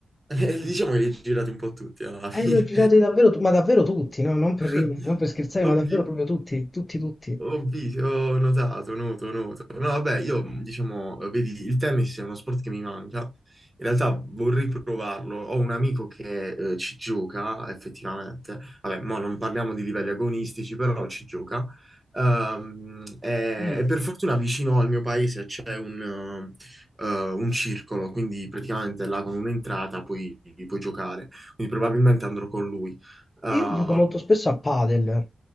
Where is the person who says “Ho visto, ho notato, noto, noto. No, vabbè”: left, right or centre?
Right